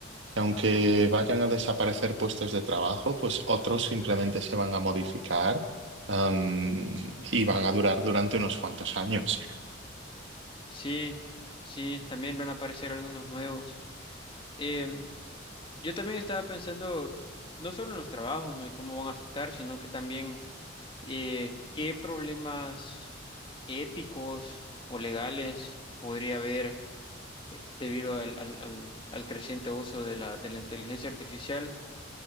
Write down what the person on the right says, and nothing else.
que aunque vayan a desaparecer puestos de trabajo, pues otros simplemente se van a modificar, am, y van a durar durante unos cuantos años.